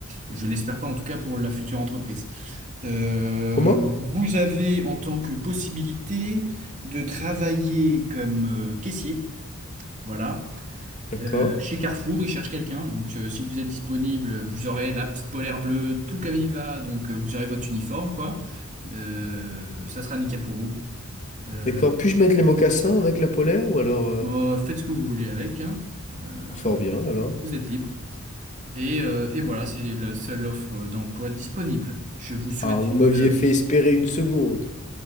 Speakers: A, on the right; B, on the left.
A: Je l'espère pas, en tout cas pour la future entreprise. Euh,
B: Comment?
A: vous avez en tant que possibilité de travailler comme euh, caissier. Voilà.
B: D'accord.
A: Euh, chez Carrefour, ils cherchent quelqu'un. Donc, euh, si vous êtes disponible, vous aurez la petite polaire bleue, tout comme il va. Donc, euh, vous aurez votre uniforme, quoi. Euh, ça sera nickel pour vous. Euh,
B: D'accord. Puis-je mettre les mocassins avec la polaire ou alors... euh,
A: bon, faites ce que vous voulez avec, hein. Euh,
B: bah, Fort bien, alors.
A: vous êtes libre. Et, euh, et voilà, c'est la seule offre euh, d'emploi disponible. Je vous souhaite
B: Ah, vous
A: une...
B: m'aviez
A: euh,
B: fait espérer une seconde.